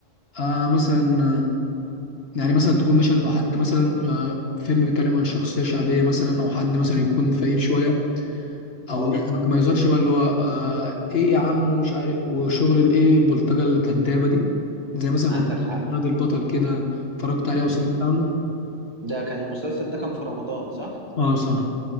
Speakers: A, on the left; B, on the right.
A: آه مثلا يعني مثلا تكون مثلا لو حد مثلا آه، فيلم بيتكلم عن شخصية شعبية مثلا أو حد مثلا يكون فقير شوية أو
B: اه
A: ما ما يظهرش بقى اللي هو آه، إيه يا عم ومش عارف وشغل الإيه البلطجة الكدابة دي زي مثلا
B: عندك
A: مسلسل
B: حق
A: فهد البطل كده اتفرجت عليه أو
B: مم.
A: سمعت عنه
B: ده كان المسلسل ده كان في رمضان صح
A: أه صح